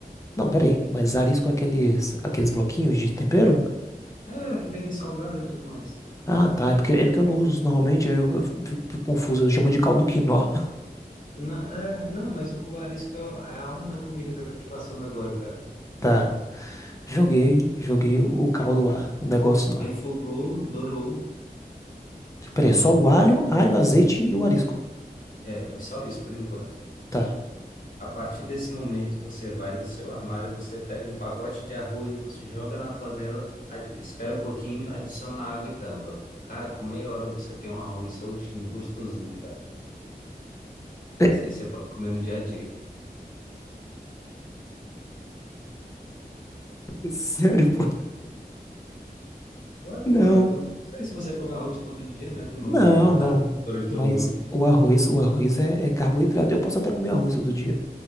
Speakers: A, on the left; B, on the left.
A: Não, peraí. Mas arisco é aqueles, aqueles bloquinhos de tempero?
B: É, que vem salgado e tudo mais.
A: Ah, tá. É porque, é porque eu não uso normalmente, aí eu, eu fico, fico confuso. Eu chamo de caldo quinó. <laughs>
B: Na- é, não, mas o arisco é a alma da comida que eu tô te passando agora, cara.
A: Tá. Joguei, joguei o, o caldo lá. O negócio lá.
B: Refogou, dourou,
A: Peraí,
B: dourou
A: só o alho,
B: o alho no...
A: alho, azeite e o arisco.
B: É, foi só isso por enquanto.
A: Tá.
B: A partir desse momento, você vai no seu armário, você pega um pacote de arroz, você joga na panela, a- espera um pouquinho, adiciona água e tampa. Cara, com meia hora você tem um arroz soltinho, gostosinho, cara.
A: <laughs>
B: Isso aí você pode comer no dia a dia.
A: Sério, pô?
B: Ué,
A: Não.
B: pô, eu não não sei se você come arroz todo dia, né? Não,
A: Não,
B: não é
A: não.
B: da cultura de
A: Mas
B: todo mundo.
A: o arroz, o arroz é, é carboidrato. Eu posso até comer arroz todo dia,